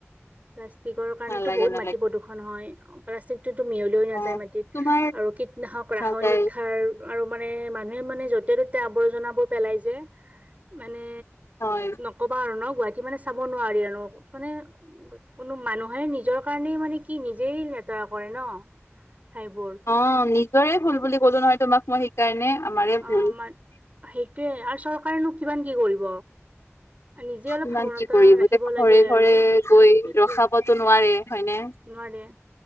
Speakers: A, on the right; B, on the left.
A: প্লাষ্টিকৰ কাৰণেটো
B: নালাগে
A: বহুত
B: নালাগে
A: মাটি প্ৰদূষণ হয়, প্লাষ্টিকটোতো মিহলি লৈ নাযায়,
B: অ',
A: মাটি
B: তোমাৰ
A: আৰু কীটনাশক ৰাসায়নিক
B: নাযায়
A: সাৰ আৰু মানে মানুহে মানে য'তে ত'তে আৱৰ্জনাবোৰ পেলাই যে মানে
B: হয়।
A: ক'বা আৰু ন গুৱাহাটী মানে চাব নোৱাৰি আৰু মানে কোনো মানুহে নিজৰ কাৰণেই মানে কি নিজেই লেতেৰা কৰে ন। ঠাইবোৰ।
B: অঁ নিজৰে ভুল
A: কি
B: বুলি কলো নহয় তোমাক মই সেইকাৰণে আমাৰে
A: অঁ
B: ভুল
A: মান সেইটোৱে আৰু চৰকাৰেনো কিমান কি কৰিব নিজে অলপ
B: ইমান
A: সাৱধানতা
B: কি কৰিব
A: ৰাখিব
B: এতিয়া ঘৰে
A: লাগে
B: ঘৰে
A: আৰু সেইটোৱে।
B: গৈ ৰখাবতো
A: নোৱাৰে।
B: হয়নে